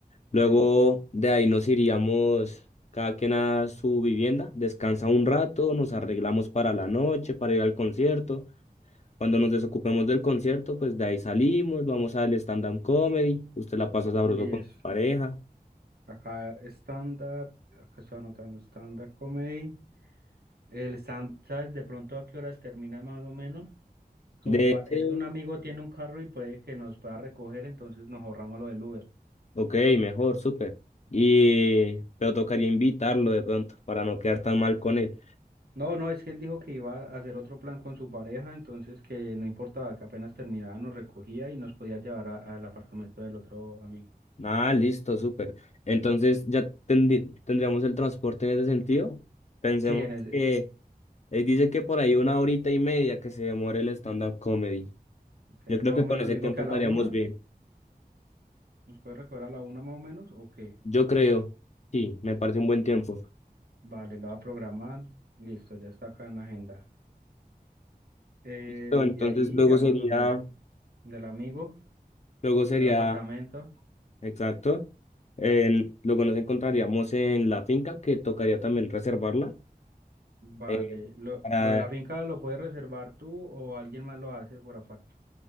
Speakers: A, on the left (about 45°); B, on the right (about 80°).
A: Luego
B: sí,
A: de ahí nos iríamos cada quien a su vivienda, descansa un rato, nos arreglamos para la noche, para ir al concierto. Cuando nos desocupemos del concierto, pues de ahí salimos, vamos al stand-up comedy, usted la pasa sabroso
B: listo.
A: con su pareja.
B: Acá stand-up, acá estoy anotando stand-up comedy. El Sam, ¿sabes de pronto a qué horas termina más o menos? Como
A: De
B: para,
A: sí.
B: es que un amigo tiene un carro y puede que nos pueda recoger, entonces nos ahorramos lo del Uber.
A: ok, mejor, súper. Y pero tocaría invitarlo de pronto para no quedar tan mal con él.
B: No, no, es que él dijo que iba a hacer otro plan con su pareja, entonces que no importaba que apenas terminaba, nos recogía y nos podía llevar a- al apartamento del otro amigo.
A: Ah, listo, súper. Entonces ya tendrí- tendríamos el transporte en ese sentido. Pensemos
B: Sí, en ese,
A: que él dice que por ahí una horita y media que se demore el stand-up comedy.
B: entonces
A: Yo creo
B: más
A: que
B: o menos
A: con ese
B: le
A: tiempo
B: digo que a
A: estaríamos
B: la una,
A: bien.
B: ¿nos puede recoger a la una más o menos? ¿O qué?
A: Yo creo, sí, me parece un buen tiempo.
B: Vale, la va a programar, listo, ya está acá en la agenda. Eh,
A: Listo, entonces
B: de ahí
A: luego
B: iríamos
A: sería,
B: donde el- del amigo,
A: luego sería,
B: en el apartamento.
A: exacto, el- luego nos encontraríamos en la finca que tocaría también reservarla.
B: Vale,
A: eh,
B: lo,
A: para,
B: lo de la finca lo puedes reservar tú o alguien más lo hace por aparte.